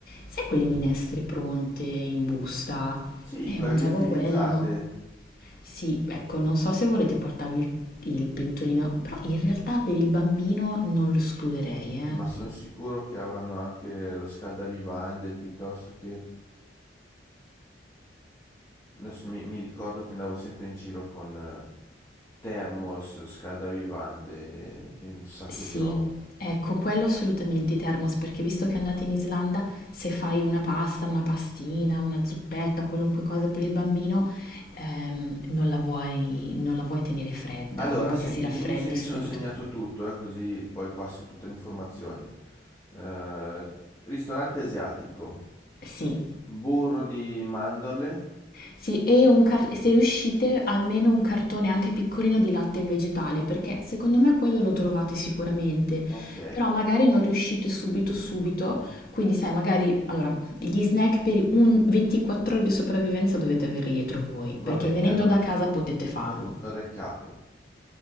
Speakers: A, on the left; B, on the left.
A: sai quelle minestre pronte in busta?
B: Sì,
A: E
B: quelle
A: mangiavo
B: liofilizzate,
A: quello. Sì, ecco, non so se volete portarvi il il pentolino, però in realtà per il bambino non lo escluderei, eh.
B: ma sono sicuro che avranno anche lo scaldavivande piuttosto che... Adesso mi, mi ricordo che andavo sempre in giro con eh, thermos, scaldavivande, di un sacco
A: Sì,
B: di roba.
A: ecco, quello assolutamente i thermos, perché visto che andate in Islanda, se fai una pasta, una pastina, una zuppetta, qualunque cosa per il bambino, ehm, non la vuoi, non la vuoi tenere fredda,
B: Allora,
A: non vuoi
B: senti,
A: che si raffreddi
B: dimmi se mi
A: subito.
B: sono segnato tutto, eh, così poi passo tutte le informazioni. Eh, ristorante asiatico,
A: Sì,
B: burro di mandorle,
A: Sì, e un car- e se riuscite almeno un cartone anche piccolino di latte vegetale, perché secondo me quello lo trovate sicuramente,
B: ok,
A: però magari non riuscite subito subito, quindi sai, magari allora gli snack per un 24 ore di sopravvivenza dovete averli dietro voi,
B: va
A: perché
B: bene,
A: venendo
B: allora,
A: da casa potete farlo.
B: recap.